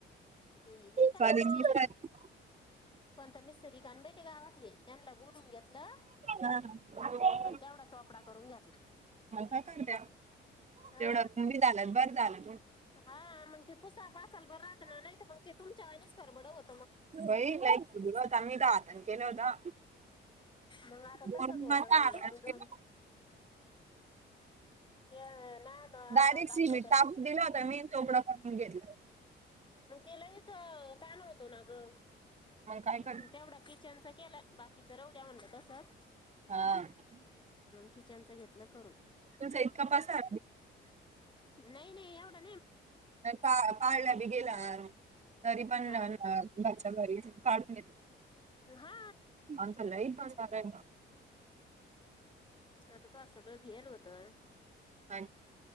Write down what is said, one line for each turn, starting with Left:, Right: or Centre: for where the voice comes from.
Left: ते नई का
Right: चालेल
Left: ग ती
Right: मिस्तारी
Left: कोणता मिस्तरी कानबई त्या गावातली त्यांला बोलून घेतलं
Right: हा हा
Left: आणि तेवढा चोपडा करून घेतला.
Right: म काय काय करत्या
Left: हा
Right: तेवढं कमी झालंत बरं झालं
Left: हा मगं ते पुसापासला बरं राहत ना नाही मग ते तुमच्या वानीच खरबड होत
Right: बाई <unintelligible> केलं होता.
Left: मग आता
Right: म्हणून
Left: तसंच होत
Right: माझ्या
Left: म्हणलं
Right: हातात
Left: मगं ते नाही तर आता
Right: डायरेक्ट
Left: घातलं
Right: सिमीट
Left: त्या
Right: टाकूून दिलं होतं मी न चोपडं करून घेतलं.
Left: मग ते लयच तो ना ग
Right: मग काय कर
Left: तेवढा किचनचा केला बाकीच रह द्या म्हणलं तसच...
Right: हा...
Left: किचनचं घेतलं.. करून
Right: तुचा इतकापास आ..
Left: नाही नाही एवढं..
Right: पा पाला भी गेलं आर... तरी पण
Left: हा
Right: घरच्या घरीच... काढून घेत
Left: हा
Right: आता लई मसालाय
Left: आता तो सगळं घेल होतं...
Right: हा...